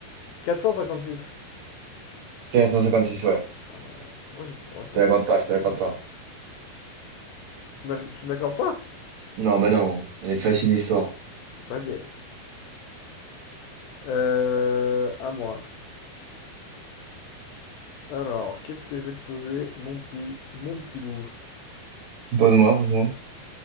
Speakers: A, on the left; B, on the right.
A: 456.
B: Quatre cent cinquante-six ouais.
A: Ouais, ouais. Moi j'ai dit 300.
B: Je te l'accorde pas, je te l'accorde pas.
A: Tu m'as- tu me l'accordes pas?
B: Non, bah non. Elle est facile, l'histoire.
A: C'est pas belle. Euh, à moi. Alors, qu'est-ce que je vais te poser, mon petit, mon petit loup?
B: Pose-moi, pose-moi.